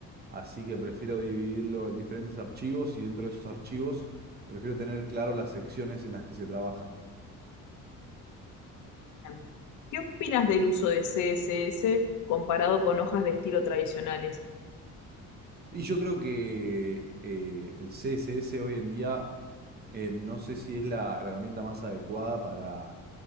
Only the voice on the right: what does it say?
Así que prefiero dividirlo en diferentes archivos y dentro de esos archivos prefiero tener claro las secciones en las que se trabaja.
Y yo creo que eh, el CSS hoy en día, eh, no sé si es la herramienta más adecuada para,